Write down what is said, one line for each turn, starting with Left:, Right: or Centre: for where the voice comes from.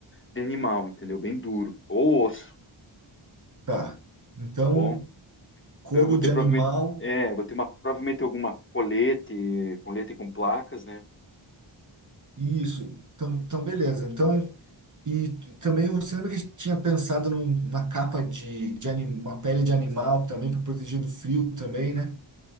Left: de animal, entendeu? Bem duro. Ou osso,
Right: Tá. Então,
Left: tá bom?
Right: couro
Left: Então eu vou ter
Right: de
Left: provavelmente.
Right: animal,
Left: É, eu vou ter uma, provavelmente alguma colete, colete com placas, né?
Right: isso. Então, então beleza. Então, e t- também você lembra que a gente tinha pensado num- numa capa de, de anim- uma pele de animal também para proteger do frio também, né?